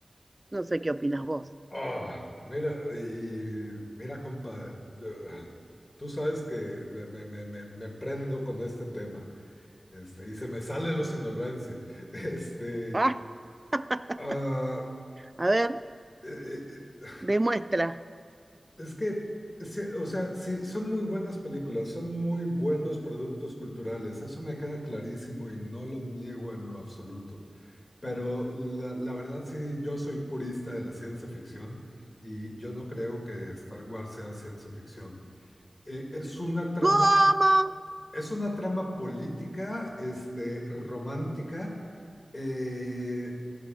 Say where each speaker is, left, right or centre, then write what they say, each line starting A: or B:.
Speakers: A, on the right; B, on the left.
A: No sé qué opinas vos.
B: Ah, mira, y mira, compa, yo- tú sabes que me, me- me- me- prendo con este tema, este, y se me sale lo sinaloense. <laughs> Este,
A: Ah, <laughs>
B: ah,
A: a ver,
B: eh, eh,
A: demuestra.
B: Es que, se- o sea, sí, son muy buenas películas, son muy buenos productos culturales, eso me queda clarísimo y no lo niego en lo absoluto. Pero la, la verdad sí, yo soy purista de la ciencia ficción y yo no creo que Star Wars sea ciencia ficción. Eh, es una trama
A: ¿Cómo?
B: es una trama política, este, romántica, eh,